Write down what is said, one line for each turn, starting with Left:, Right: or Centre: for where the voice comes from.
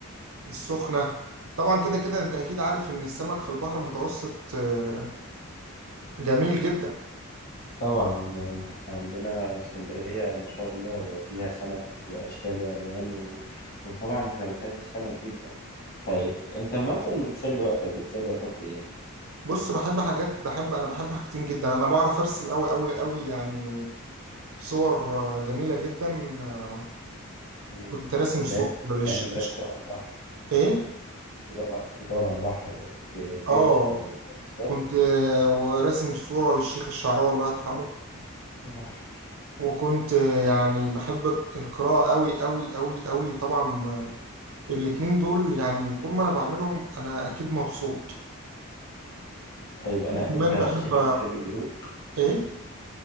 Right: السخنه طبعا كده كده انت اكيد عارف ان السمك في البحر المتوسط آه، جميل جدا
Left: طبعا احنا عندنا اسكندرية ما شاء الله بقى فيها سمك واشكال والوان و... وطبعا احنا بنحب السمك جدا طيب انت مثلا لما بتسلي وقتك بتسلي وقتك في ايه؟
Right: بص بحب حاجات بحب انا بحب حاجتين جدا انا بعرف ارسم قوي قوي قوي يعني صور آه، جميله جدا آه،
Left: مم.
Right: كنت راسم صور
Left: يعني
Right: للشيخ
Left: يعني انت دلوقتي بتقعد على البحر
Right: ايه
Left: بتقعد بتقعد على البحر ت-
Right: اه
Left: ترسم وتصطاد
Right: كنت آه، راسم صوره للشيخ الشعراوي الله يرحمه
Left: الله يرحمه.
Right: وكنت آه، يعني بحب القراءه قوي قوي قوي قوي طبعا الاتنين دول يعني طول ما انا بعملهم انا اكيد مبسوط
Left: طيب انا
Right: كمان
Left: انت
Right: بحب
Left: شكلك بتحب الهدوء
Right: ايه